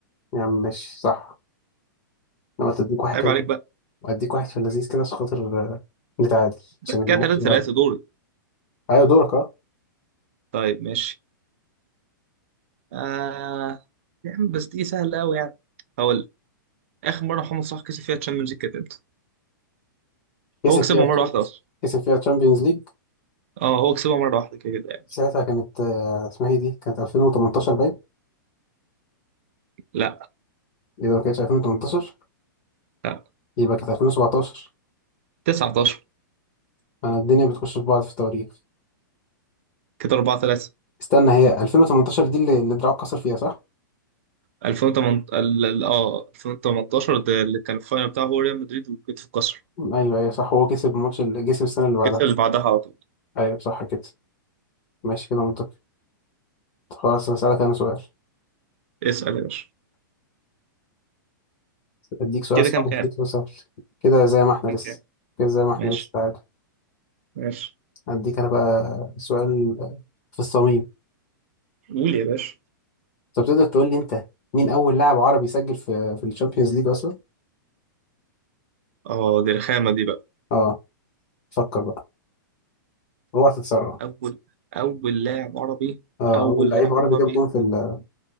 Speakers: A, on the left (about 25°); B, on the right (about 35°).
A: يا عم ماشي صح انا قلت اديك واحد
B: عيب
A: كده
B: عليك بقى
A: واديك واحد في اللذيذ كده عشان خاطر آه، نتعادل
B: بس
A: عشان
B: كده
A: الماتش
B: 3-3
A: ده غلط
B: دوري
A: ايوه دورك اه
B: طيب ماشي آه يا عم بس دي سهله قوي يعني هقول اخر مره محمد صلاح كسب فيها تشامبيونز ليج كانت امتى؟
A: كسب
B: هو كسبها
A: فيها
B: مره واحده اصلا
A: كسب فيها تشامبيونز ليج
B: اه هو كسبها مره واحده كده كده يعني
A: ساعتها كانت آه، اسمها ايه دي كانت 2018 باين
B: لا
A: اذا ما كانتش 2018
B: لا
A: يبقى كانت 2017
B: 19
A: انا الدنيا بتخش في بعض في التواريخ
B: كده 4 3
A: استنى هي 2018 دي اللي اللي دراعه اتكسر فيها صح
B: 2018 ال- ال- اه 2018 ده اللي كان الفاينل بتاعه هو ريال مدريد وكتف القصر
A: ايوه ايوه صح هو كسب الماتش اللي كسب السنه اللي بعدها
B: الكاس اللي بعدها على طول
A: ايوه صح كده ماشي كده منطقي خلاص هسألك انا سؤال
B: اسال يا باشا
A: اديك سؤال
B: كده
A: صعب
B: كام كام
A: اديك سؤال سهل كده زي ما احنا
B: كام
A: لسه
B: كام
A: كده زي ما احنا
B: ماشي
A: لسه تعادل
B: ماشي
A: اديك انا بقى سؤال في الصميم
B: قول يا باشا
A: طب تقدر تقول لي انت مين اول لاعب عربي سجل في في الشامبيونز ليج اصلا
B: اه دي رخامه دي بقى
A: اه فكر بقى اوعى تتسرع
B: اول اول لاعب عربي
A: اه
B: اول
A: اول لعيب
B: لاعب
A: عربي
B: عربي
A: جاب جون في ال...